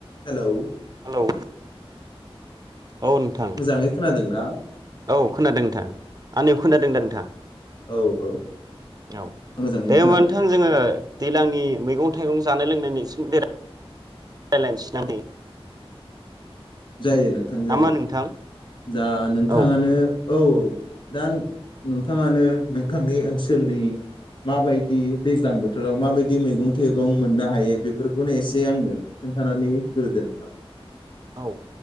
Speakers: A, on the left (about 55°); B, on the right (about 40°).
A: Hello
B: hello औ नोंथां
A: मोजाङै खोनादों ना
B: औ खोनादों नोंथां आंनियाव खोनादोंदा नोंथां
A: औ औ
B: औ
A: मोजाङैनो
B: दे होमबा
A: खोनादों
B: नोंथां जोङो दैलांनि मैगं थाइगं जानाय लोंनायनि <unintelligible> रायलायनोसै ना नै
A: जायो नोंथां जायो
B: नामा नोंथां
A: दा नोंथाङानो
B: औ
A: औ औ दा नोंथाङानो नोंथांनि ओनसोलनि माबायदि दैज्लां बोथोराव माबायदि मैगं थाइगं मोननो हायो बेफोरखौनो एसे आंनो खोन्थानानै होग्रोदो नोंथां
B: औ